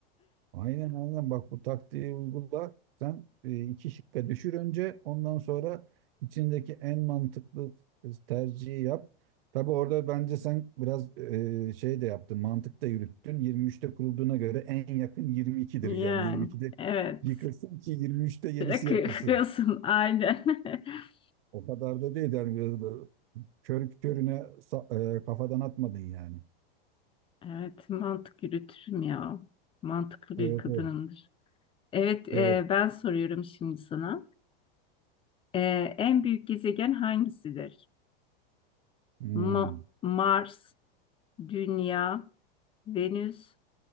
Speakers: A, on the right; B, on the left.
A: Aynen aynen bak bu taktiği uygula. Sen e, iki şıkka düşür önce ondan sonra içindeki en mantıklı tercihi yap. Tabii orada bence sen biraz e, şey de yaptın mantık da yürüttün. Yirmi üçte kurulduğuna göre en yakın 22'dir.
B: Yani
A: Yani 22'de
B: evet.
A: yıkılsın ki yirmi üçte
B: <laughs>
A: yenisi
B: Yakıyorsun
A: yapılsın.
B: aynen. <laughs>
A: O kadar da değil yani biraz da körü körüne sa- e, kafadan atmadın yani.
B: Evet, mantık yürütürüm ya. Mantıklı bir
A: Evet
B: kadınımdır.
A: evet.
B: Evet, e,
A: evet.
B: ben soruyorum şimdi sana. E, en büyük gezegen hangisidir?
A: Hmm.
B: Ma- Mars, Dünya, Venüs,